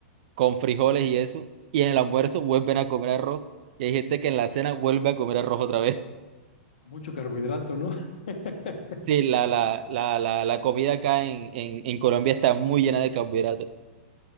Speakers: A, on the right; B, on the left.
A: con frijoles y eso, y en el almuerzo vuelven a comer arroz, y hay gente que en la cena vuelve a comer arroz otra vez. <laughs>
B: Mucho carbohidrato, ¿no? <laughs>
A: Sí, la, la, la, la, la comida acá en, en, en Colombia está muy llena de carbohidratos.